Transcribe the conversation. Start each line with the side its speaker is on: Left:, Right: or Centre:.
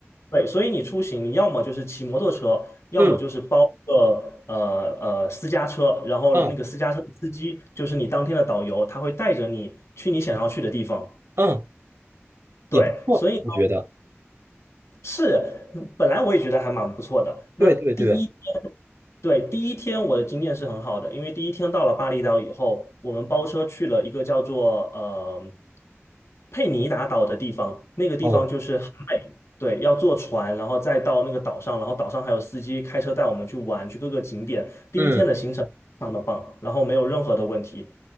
Left: 对，所以你出行，你要么就是骑摩托车，要么就是包个呃呃私家车，
Right: 嗯
Left: 然后那个私家车的司机就是你当天的导游，
Right: 嗯
Left: 他会带着你去你想要去的地方。
Right: 嗯，也不错，
Left: 对，所以。
Right: 我觉得，
Left: 是，嗯本来我也觉得还蛮不错的。那第一天，
Right: 对对对，
Left: 对，第一天我的经验是很好的，因为第一天到了巴厘岛以后，我们包车去了一个叫做呃佩尼达岛的地方，那个地方就是很美，
Right: 哦，
Left: 对，要坐船，然后再到那个岛上，然后岛上还有司机开车带我们去玩，去各个景点。第一天的行程非常的棒，
Right: 嗯
Left: 然后没有任何的问题，